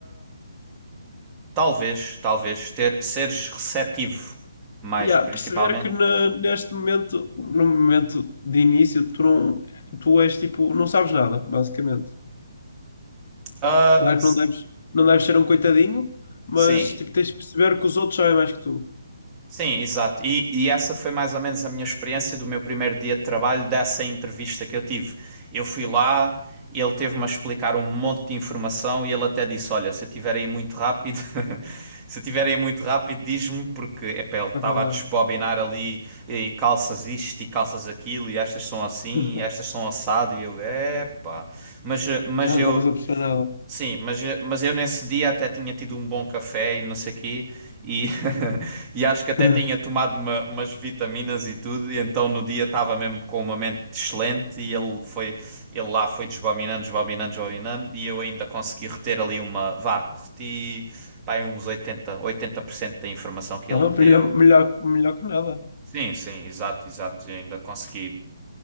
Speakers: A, on the right (about 20°); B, on the left (about 55°).
A: talvez, talvez ter, seres receptivo mais,
B: yeah,
A: principalmente.
B: perceber que na- neste momento, no momento de início, tu não, tu és tipo, não sabes nada, basicamente.
A: Ah,
B: Claro
A: s-
B: que não deves, não deves ser um coitadinho, mas
A: sim.
B: tipo, tens de perceber que os outros sabem mais que tu,
A: Sim, exato. E, e essa foi mais ou menos a minha experiência do meu primeiro dia de trabalho, dessa entrevista que eu tive. Eu fui lá, ele teve-me a explicar um monte de informação e ele até disse: Olha, se eu tiver aí muito rápido, <laughs> se eu tiver aí muito rápido, diz-me, porque epá, ele estava
B: para acalmar.
A: a desbobinar ali e calças isto e calças aquilo, e estas são assim,
B: <laughs>
A: e estas são assado, e eu, epá. Mas, eh, mas
B: Já não
A: eu,
B: estavas a perceber nada.
A: Sim, mas, mas eu nesse dia até tinha tido um bom café e não sei quê, e, <laughs> e acho que até
B: <laughs>
A: tinha tomado uma- umas vitaminas e tudo, e então no dia estava mesmo com uma mente excelente e ele foi, ele lá foi desbobinando, desbobinando, desbobinando, e eu ainda consegui reter ali uma, vá, reti, pá, uns oitenta oitenta por cento da informação que
B: Ah,
A: ele me deu.
B: melhor, melhor, melhor que nada.
A: Sim, sim, exato, exato, eu ainda consegui.